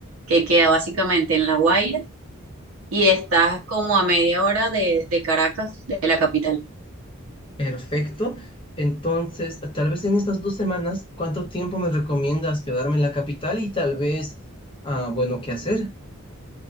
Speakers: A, on the right; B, on the left.
A: que queda básicamente en La Guaira y estás como a media hora de, de Caracas, de la capital.
B: Perfecto. Entonces, tal vez en estas dos semanas, ¿cuánto tiempo me recomiendas quedarme en la capital y tal vez, ah, bueno, qué hacer?